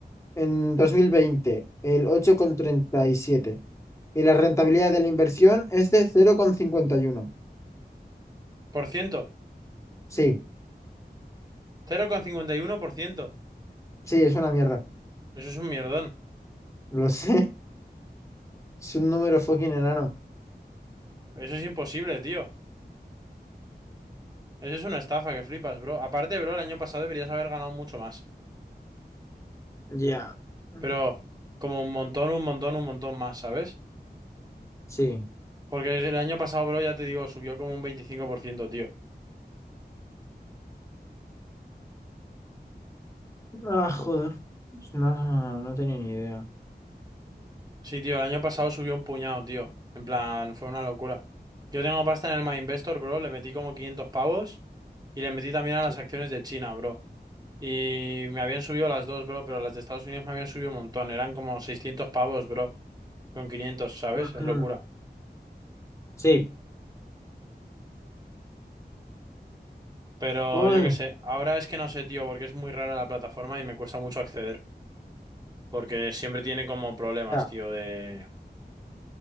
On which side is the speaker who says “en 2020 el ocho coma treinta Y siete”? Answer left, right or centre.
Left